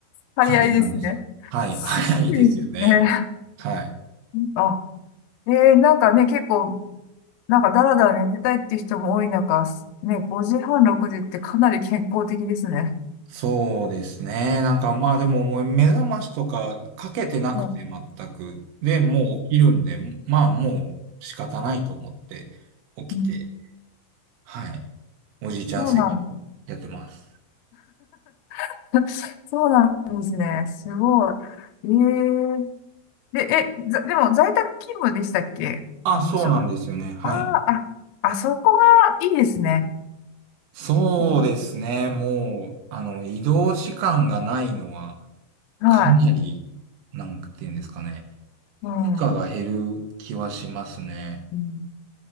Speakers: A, on the left; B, on the right.
A: 早いですね。
B: 感じなんですよ。はい。
A: すごいね。
B: <laughs> 早いですよね。はい。
A: あ、ええなんかね、結構、なんかだらだら寝てたいっていう人も多い中、ね、5時半、6時ってかなり健康的ですね。
B: そうですね。なんかまあでももう目覚ましとかかけてなくて全く。
A: うん
B: で、もう起きるんで、まあもう仕方ないと思って起きて、
A: うん
B: はい。おじいちゃん生活やってます。
A: そうなん、<laughs> そうなんですね。すごい。ええで、え、ざでも在宅勤務でしたっけあの、
B: あ、そうなんですよね。
A: しょ、
B: はい。
A: あーあ、あそこがいいですね。
B: そうですね。
A: うん
B: もう、あの、移動時間がないのは
A: はい。
B: かなり、なんていうんですかね。
A: うん。
B: 負荷が減る気はしますね。
A: うん